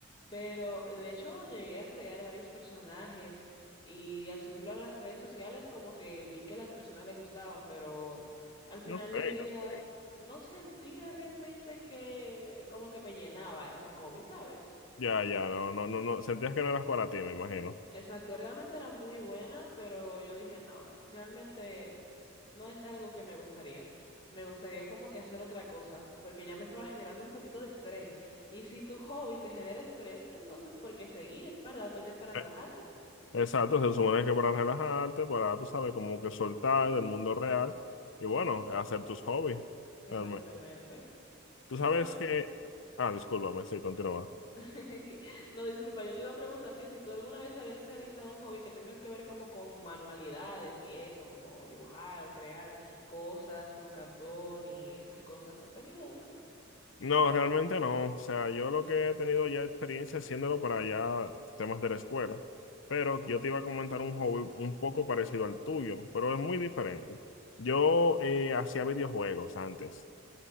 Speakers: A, on the left; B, on the left.
A: pero de hecho llegué a crear varios personajes y al subirlo a las redes sociales como que vi que las personas le gustaban, pero... Al final
B: No
A: del
B: sé,
A: día
B: no sé.
A: no sentía realmente que como que me llenaba ese hobby, ¿sabes?
B: Ya, ya, no, no, no, no. Sentías que no eras para ti, me imagino.
A: Exacto, realmente era muy buena, pero yo dije, no, realmente no es algo que me gustaría. Me gustaría como que hacer otra cosa, porque ya me estaba generando un poquito de estrés. Y si tu hobby te genera estrés, entonces ¿por qué seguir, verdad? Porque es para relajarte.
B: Eh, Exacto, se supone que para relajarte, para, tú sabes, como que soltar del mundo real y bueno, hacer tus hobbies.
A: Exactamente.
B: realmente. Tú
A: pero
B: sabes que. Ah, discúlpame, sí, continúa.
A: <laughs> No, disculpa, yo te iba a preguntar que si tú alguna vez habías realizado un hobby que tenga que ver como con manualidades y eso, como dibujar o crear cosas con cartón y esas cosas. ¿Has tenido uno así?
B: No, realmente no. O sea, yo lo que he tenido ya experiencia haciéndolo para ya temas de la escuela. Pero yo te iba a comentar un hobby un poco parecido al tuyo, pero es muy diferente. Yo eh, hacía videojuegos antes.